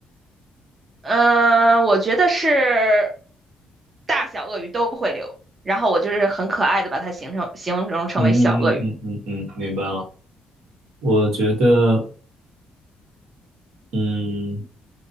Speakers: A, on the right; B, on the right.
A: 嗯、呃我觉得是大小鳄鱼都会流，然后我就是很可爱的把它形成形容成为小鳄鱼。
B: 嗯嗯嗯嗯嗯嗯，明白了。我觉得，嗯。